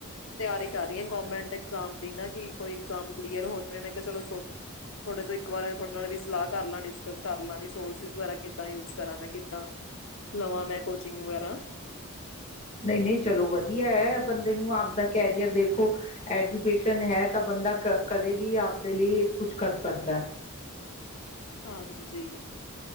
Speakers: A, on the left; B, on the left.
A: ਤਿਆਰੀ ਕਰ ਰਹੀ ਹਾਂ ਗੌਰਮੈਂਟ ਐਕਸਾਮ ਦੀ। ਨਾ ਕਿ ਕੋਈ ਇਗਜ਼ਾਮ ਕਲੀਅਰ ਹੋ ਜਾਵੇ ਮੈਂ, ਚਲੋ ਸੋਚ। ਤੁਹਾਡੇ ਤੋਂ ਇੱਕ ਵਾਰ। ਤੁਹਾਡੇ ਨਾਲ ਵੀ ਸਲਾਹ ਕਰ ਲਾਂ, ਡਿਸਕਸ ਕਰ ਲਾਂ, ਵੀ ਸੋਰਸਿਸ ਵਗੈਰਾ ਕਿੱਦਾਂ ਯੂਜ ਕਰਾਂ ਮੈਂ ਕਿੱਦਾਂ ਲਵਾਂ ਮੈਂ ਕੋਚਿੰਗ ਵਗੈਰਾ।
B: ਨਹੀਂ ਚਲੋ ਵਧੀਆ ਹੈ ਬੰਦੇ ਨੂੰ ਆਪਦਾ ਕੈਰੀਅਰ ਦੇਖੋ ਐਜੂਕੇਸ਼ਨ ਹੈ ਤਾਂ ਬੰਦਾ, ਕਦੇ ਵੀ ਆਪ, ਦੇ ਲਈ ਕੁਛ ਕਰ ਸਕਦਾ ਹੈ।
A: ਹਾਂਜੀ।